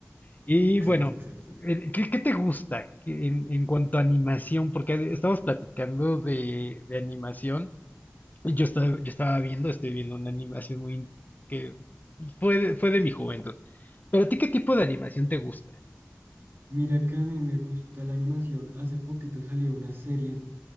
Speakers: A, on the left (about 40°); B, on the right (about 55°).
A: Y
B: Exacto,
A: bueno,
B: exacto.
A: eh, ¿qué, qué te gusta que en, en cuanto a animación? Porque estamos platicando de, de animación. Yo estaba, yo estaba viendo, estoy viendo una animación muy in- que fue de, fue de mi juventud. ¿Pero a ti qué tipo de animación te gusta?
B: Mira que a mí me gusta la animación. Hace poquito salió una serie